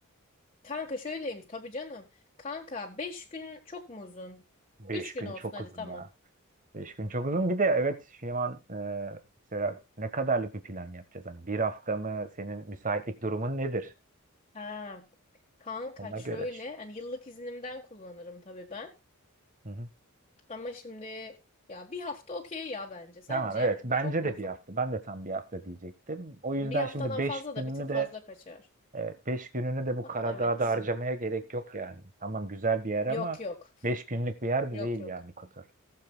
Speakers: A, on the left (about 30°); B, on the right (about 40°).
A: Kanka şöyleymiş tabii canım. Kanka 5 gün çok mu uzun?
B: Beş
A: 3 gün
B: gün
A: olsun
B: çok
A: hadi
B: uzun
A: tamam.
B: ya. Beş gün çok uzun.
A: Hı.
B: Bir de evet şu an e, mesela ne kadarlık bir plan yapacağız? Hani bir hafta mı? Senin müsaitlik durumun nedir?
A: Ha, kanka
B: Ona
A: şöyle
B: göre.
A: hani yıllık iznimden kullanırım tabii ben.
B: Hı hı.
A: Ama şimdi ya bir hafta okey ya bence. Sence
B: Tamam evet bence
A: çok mu
B: de
A: ufak?
B: bir hafta ben de tam bir hafta diyecektim. O yüzden
A: Bir haftadan
B: şimdi beş
A: fazla
B: gününü
A: da bir tık fazla
B: de
A: kaçar.
B: e, beş gününü de bu
A: Aa,
B: Karadağ'da
A: evet.
B: harcamaya gerek yok yani. Tamam güzel bir yer
A: Yok
B: ama
A: yok.
B: 5 günlük bir yer de
A: Yok
B: değil
A: yok.
B: yani Kotor.